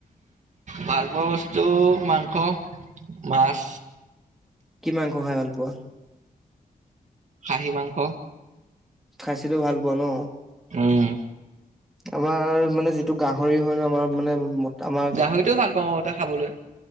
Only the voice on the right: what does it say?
ভালপোৱা বস্তু মাংস, মাছ।
খাহি মাংস।
উম।
গাহৰিটোও ভাল পাওঁ আগতে খাবলৈ।